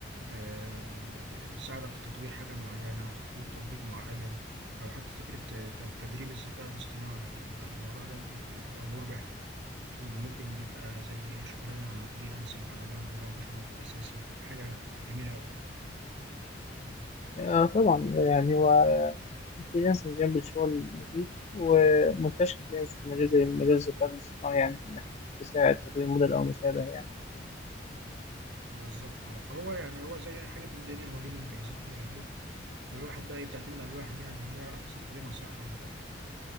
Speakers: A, on the right; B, on the left.
A: آه، يساعدك في تطوير حاجة معينة أو تطوير تطبيق معين أو حتى فكرة آه، ت- تدريب الذكاء الاصطناعي الموضوع ده بي- بي- بيبقى مربح وممكن يبقى زي شغلانة فريلانسنج على جنب جنب شغلك الأساسي فحاجة جميلة أوي يعني
B: آه طبعا يعني هو الفريلانسنج جنب الشغل مفيد ومنتشر حاليا في مجال زي مجال الذكاء الاصطناعي يعني إنك تساعد تطوير موديل أو ما شابه يعني.
A: بالظبط آه. فهو يعني هو زي أي حاجة في الدنيا هو ليه مميزات وليه عيوب فالواحد بقى إيه، بتعتمد على الواحد يعني هل هيعرف يستخدمها صح ولا لأ